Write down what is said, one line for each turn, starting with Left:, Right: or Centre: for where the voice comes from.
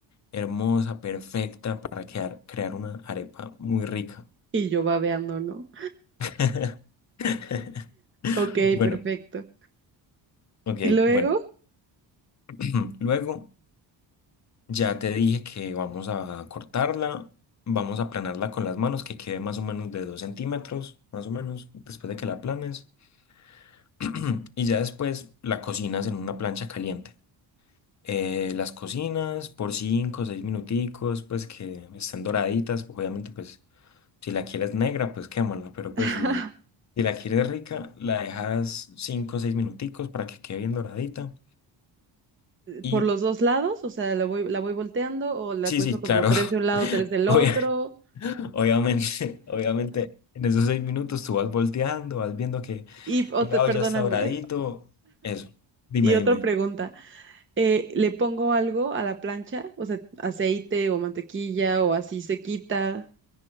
Left: hermosa, perfecta para quedar- crear una arepa muy rica.
Right: Y yo babeando, ¿no?
Left: <laughs>
Right: Ok,
Left: Bueno,
Right: perfecto.
Left: ok,
Right: ¿Y luego?
Left: bueno. <clears throat> Luego ya te dije que vamos a cortarla, vamos a aplanarla con las manos, que quede más o menos de dos centímetros, más o menos, después de que la aplanes. <clears throat> Y ya después la cocinas en una plancha caliente. Eh, las cocinas por 5 o 6 minuticos, pues que estén doraditas. Obviamente, pues si la quieres negra, pues quémala, pero
Right: <laughs>
Left: pues si, si la quieres rica, la dejas 5 o 6 minuticos para que quede bien doradita. Y
Right: ¿Por los dos lados? O sea, ¿la voy, la voy volteando o la
Left: sí,
Right: cuezo
Left: sí,
Right: como
Left: claro,
Right: tres de un lado,
Left: <laughs>
Right: tres del
Left: obvia-
Right: otro?
Left: obviamente, obviamente. En esos seis minutos tú vas volteando, vas viendo que
Right: Y, o
Left: un
Right: te-
Left: lado
Right: perdóname,
Left: ya está doradito. Eso. Dime,
Right: Y otra
Left: dime.
Right: pregunta, eh, ¿le pongo algo a la plancha? O sea, aceite o mantequilla o así se quita.